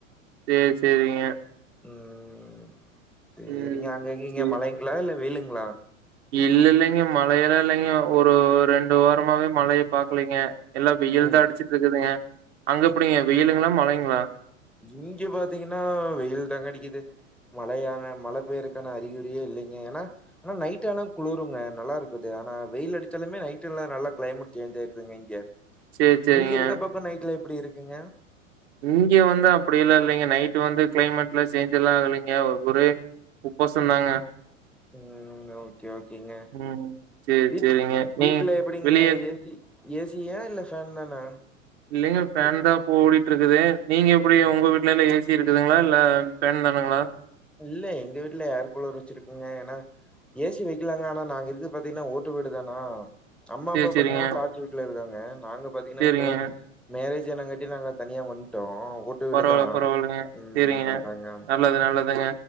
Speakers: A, on the right; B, in the centre.
A: சேர் சேரிங்க
B: ம் சேரிங்க
A: ம்
B: அங்க எங்கிங்க
A: சேரி
B: மழைங்ளா இல்ல வெயிலுங்ளா
A: இல்ல இல்லைங்க மழையெல்லா இல்லைங்க ஒரு ரெண்டு வாரமாவே மழைய பாக்கலிங்க எல்லா வெயில்தா
B: ம்
A: அடிச்சிட்ருக்குதுங்க அங்க எப்டிங்க வெயிலுங்ளா மழைங்ளா
B: இங்க பாத்திங்கனா வெயில் தாங்க அடிக்குது மழையான மழ பேயறக்கான அறிகுறியே இல்லங்க ஏனா ஆனா நைட் ஆனா குளுறுங்க நல்லாருக்குது ஆனா வெயிலடிச்சாலுமே நைட்டுல்லா நல்லா கிளைமேட் சேஞ்சாயிரு துங்க இங்க
A: சேரி சேரிங்க
B: நீங்க இருக்க பக்க நைட்ல எப்டி இருக்குங்க
A: இங்க வந்து அப்டிலா இல்லைங்க நைட் வந்து கிளைமேட் லா சேஞ்சல்லா ஆகலிங்க ஒரே உப்பசந்தாங்க
B: ம் ஓகே ஓகேங்க
A: ம் சேரி
B: வீட்
A: சேரிங்க நீ
B: வீட்ல எப்படிங்க
A: வெளிய
B: ஏ சி ஏ சி யா இல்ல ஃபேன் தானா
A: இல்லைங்க ஃபேன்தா
B: இல்
A: இப்ப ஓடிட்ருக்குது நீங்க எப்படி உங்க வீட்ல எல்லா ஏ சி இருக்குதுங்ளா இல்ல ஃபேன் தானுங்ளா
B: இல்ல எங்க வீட்ல ஏர் கூலர் வெச்சிருக்கங்க ஏன்னா ஏ சி வெக்கலாங்க ஆனா நாங்க இருக்கு பாத்திங்கன்னா ஓட்டு வீடுதானா அம்மா
A: சேரி
B: அப்பா
A: சேரிங்க
B: பாத்திங்கன்னா டாச் வீட்ல இருக்காங்க நாங்க பாத்திங்கன்னா
A: சேரிங்க
B: இப்பதா மேரேஜ் ஆனங்காட்டி நாங்க தனியா வன்ட்டோ ஓட்டு வீடுதா
A: பரவால்ல பரவால்லைங்க
B: ம்
A: சேரிங்க
B: அதாங்க
A: நல்லது நல்லதுங்க